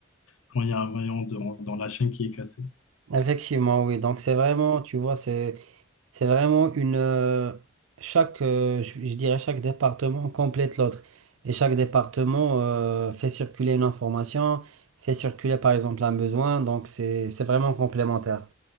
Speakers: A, on the left; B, on the right.
A: quand il y a un maillon dans dans la chaîne qui est cassé.
B: Effectivement, oui. Donc, c'est vraiment, tu vois, c'est, c'est vraiment une. euh, chaque, euh, je, je dirais, chaque département complète l'autre. Et chaque département euh, fait circuler une information, fait circuler, par exemple, un besoin. Donc, c'est, c'est vraiment complémentaire.